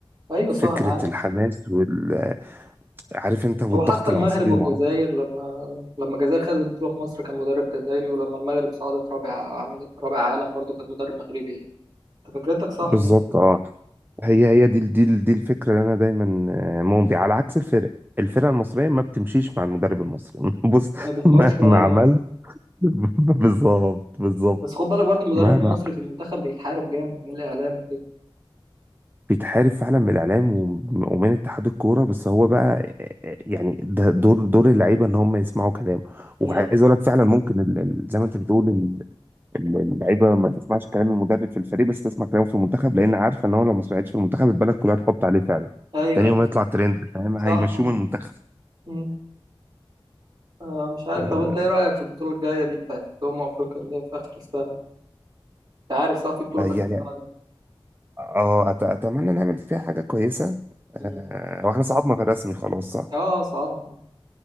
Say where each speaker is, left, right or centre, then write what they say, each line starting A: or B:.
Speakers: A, on the right; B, on the right.
A: ايوه
B: فكره
A: صح معاه
B: الحماس وال... عارف انت والضغط
A: هو حتى المغرب
B: العصبي
A: والجزائر
B: وما اعرفش ايه.
A: لما لما الجزائر خدت البطوله في مصر كان مدرب جزائري ولما المغرب صعدت رابع عمل رابع عالم برضو كان مدرب مغربي يعني انت فكرتك صح
B: بالظبط
A: يعني
B: اه هي هي دي دي دي الفكره اللي انا دايما آه، مؤمن بيها على عكس الفرق الفرقه المصريه ما بتمشيش مع المدرب المصري <laughs> بص
A: ما بيسمعوش
B: مهما
A: كلام
B: عملت
A: اصلا
B: <laughs> بالظبط بالظبط
A: بس خد بالك برضو المدرب
B: مهما
A: المصري في المنتخب بيتحارب جامد من الاعلام وكده
B: بيتحارب فعلا من الاعلام وم- ومن اتحاد الكوره بس هو بقى آه، آه، يعني ده دور دور اللعيبه ان هم يسمعوا كلامه
A: امم
B: وعايز اقول لك فعلا ممكن ال- ال- زي ما انت بتقول اللعيبه ما تسمعش كلام المدرب في الفريق بس تسمع كلامه في المنتخب لان عارفه ان هو لو ما سمعتش في المنتخب البلد كلها تحط عليه فعلا
A: ايوه
B: تاني
A: أيوة.
B: يوم يطلع ترند فاهم
A: صح
B: هيمشوه من المنتخب
A: امم آه مش عارف
B: آه،
A: طب انت ايه رايك في البطوله الجايه دي بتاعت امم افريقيا اللي هي في اخر السنه دي انت عارف صح في بطوله
B: يعني
A: في اخر السنه دي
B: اه أت- اتمنى نعمل فيها حاجه كويسه آه،
A: مم.
B: واحنا صعدنا في رسمي خلاص صح
A: اه صعدنا